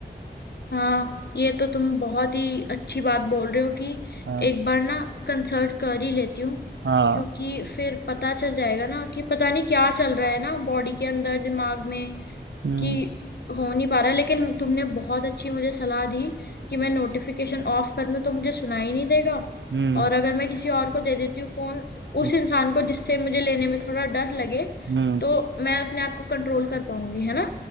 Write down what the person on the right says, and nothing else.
हाँ
हाँ
हम्म
हम्म
हम्म
हम्म